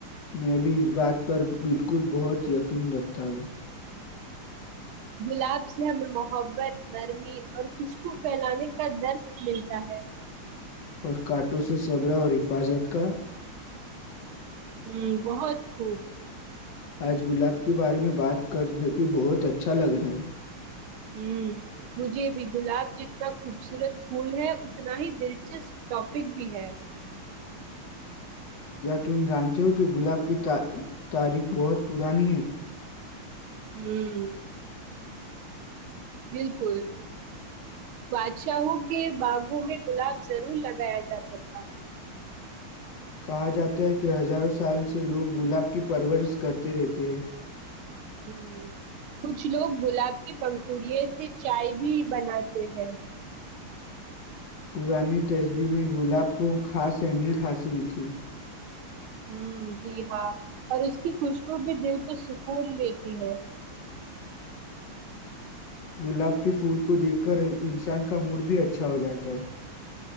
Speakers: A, on the left; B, on the right.
A: میں بھی اس بات پر بالکل بہت یقین رکھتا ہوں
B: گلاب سے ہمیں محبت نرمی اور خوشبو پھیلانے کا درس ملتا ہے
A: اور کٹو سے صبرہ اور حفاظت کا
B: ہوں بہت خوب
A: آج گلاب کے بارے میں بات کرنے کی بہت اچھا لگ رہا ہے
B: ہ مجھے بھی گلاب جتنا خوبصورت پھول ہے اتنا ہی دلچسپ ٹاپک بھی ہے
A: تم جانتے ہو کہ گلاب ک تاریخ بہت پرانی ہے
B: ہوں بالکل بادشاہوں کے باغوں میں گلاب ضرور لگایا جاتا تھا
A: کہا جاتا ہے کہ ہزاروں سال سے لوگ گلاب کی پرورش کرتے رہتے ہیں
B: ہ کچھ لوگ گلاب کے پنکھڑیے سے چائے بھی بناتے ہیں
A: پرانی تیزبی میں گلاب کو خاص اہمیت حاصل تھی
B: ہ جی ہاں اور اس کی خوشبو بھی دل کو سکون دیتی ہے
A: گلاب کے پھول کو دیکھ کر انسان کا موڈ بھی اچھا ہو جاتا ہے